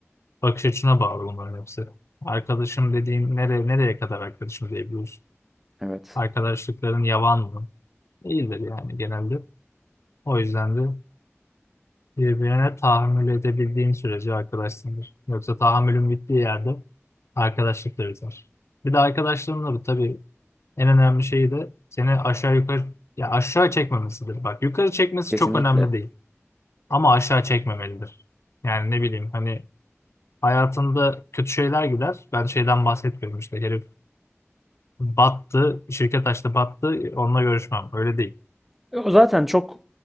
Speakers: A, on the left; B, in the centre.
A: Bakış açına bağlı bunların hepsi. Arkadaşım dediğin nereye, nereye kadar arkadaşım diyebiliyorsun?
B: Evet,
A: Arkadaşlıkların yavan mı? Değildir yani genelde. O yüzden de birbirine tahammül edebildiğin sürece arkadaşsındır. Yoksa tahammülün bittiği yerde Arkadaşlıkla biter. Bir de arkadaşlığın da tabii en önemli şey de seni aşağı yukarı ya aşağı çekmemesidir. Bak yukarı çekmesi
B: kesinlikle.
A: çok önemli değil ama aşağı çekmemelidir. Yani ne bileyim hani hayatında kötü şeyler gider. Ben şeyden bahsetmiyorum işte herif battı, şirket açtı battı onunla görüşmem. Öyle değil.
B: E, O zaten çok